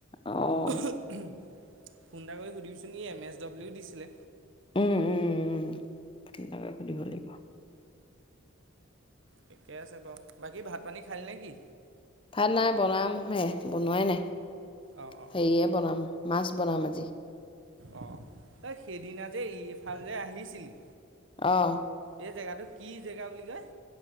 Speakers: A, on the left; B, on the right.
A: অ',
B: <unintelligible> উম। ফোন এটা কৰি সুধিবিচোন? ই এম এছ ডব্লিউ দিছিলে।
A: উম উম উম, তাকে সুধিব লাগিব।
B: ঠিকে আছে বাও, বাকী ভাত-পানী খালি নেকি?
A: ভাত নাই বনাম হে বনোৱাই নাই।
B: অ', অ',
A: হেৰিয়ে
B: অ',
A: বনাম, মাছ বনাম আজি।
B: অ' তই সেইদিনা যে ইফালে যে আহিছিলি।
A: অ'।
B: এই জেগাটো কি জেগা বুলি কয়